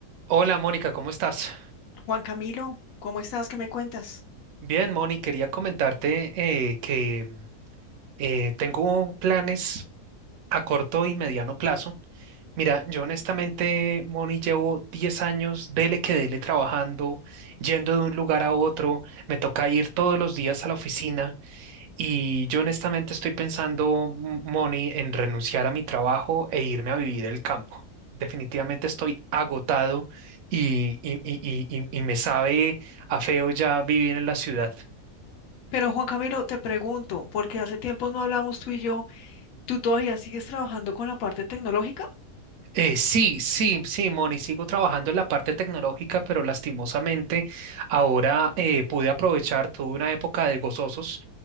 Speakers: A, on the right; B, on the left.
A: Hola Mónica, ¿cómo estás?
B: Juan Camilo, ¿cómo estás? ¿Qué me cuentas?
A: Bien, Moni, quería comentarte eh, que mm, eh, tengo planes a corto y mediano plazo. Mira, yo honestamente, Moni, llevo 10 años, dele que dele, trabajando, yendo de un lugar a otro, me toca ir todos los días a la oficina Y yo honestamente estoy pensando, M- Moni, en renunciar a mi trabajo e irme a vivir el campo. Definitivamente estoy agotado y, y, y, y, y y me sabe a feo ya vivir en la ciudad.
B: Pero Juan Camilo, te pregunto, porque hace tiempo no hablamos tú y yo, ¿Tú todavía sigues trabajando con la parte tecnológica?
A: Eh, sí, sí, sí, Moni, sigo trabajando en la parte tecnológica, pero lastimosamente ahora eh, pude aprovechar, tuve una época de gozosos